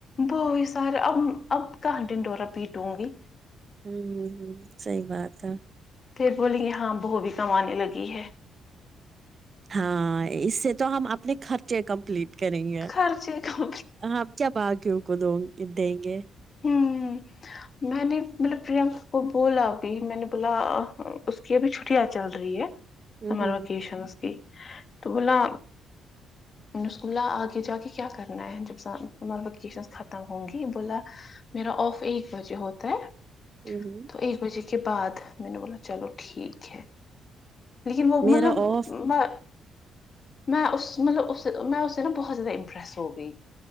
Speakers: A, on the left; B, on the right.
A: وہی سارے اب اب کہاں دن دوورا پیٹ ہوں گی
B: ہوں ہوں ہوں صحیح بات ہے
A: پھر بولیں گے ہاں بو بھی کمانے لگی ہے
B: ہاں اس سے تو ہم اپنے خرچے کمپلیٹ کریں گے
A: خرچے کم
B: ہ کیا باقی کو دو دیں گے
A: ہممم میں نے مطلب پریہ کو بولا ابھی میں نے بولا کی اب چھٹیاں چل رہی ہے
B: ہوں
A: سمر
B: ہوں
A: وکیشنس کی تو بولا میں نے بولا اس کو آگے جا کے کیا کرنا ہے جب سمر ویکیشن ختم ہوں گی بولا میرا آف ایک بجے ہوتا ہے
B: ہمم ہمم
A: تو ایک بجے کے بعد میں نے بولا چلو ٹھیک ہے لیکن وہ
B: میرا
A: مطلب
B: آف
A: ما میں اس مطلب اس سے میں اس سے نا بہت زیادہ امپرس ہو گئی